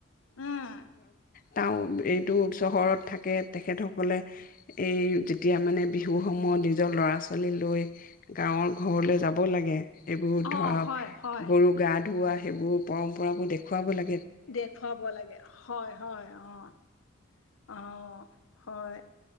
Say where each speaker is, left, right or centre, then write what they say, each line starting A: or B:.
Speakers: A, on the left (about 75°); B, on the left (about 40°).
A: উম।
B: টাও এইটো চহৰত থাকে তেখেতসকলে, এই যেতিয়া মানে বিহুৰ সময়ত নিজৰ ল'ৰা ছোৱালী লৈ গাঁৱৰ ঘৰলৈ যাব লাগে এইবোৰ
A: অ
B: ধৰক
A: হয় হয়
B: গৰু গা ধুওৱা সেইবোৰ পৰম্পৰাবোৰ দেখুৱাব লা
A: দেখুৱাব লাগে, হয়, হয়, অহ। অহ, হয়।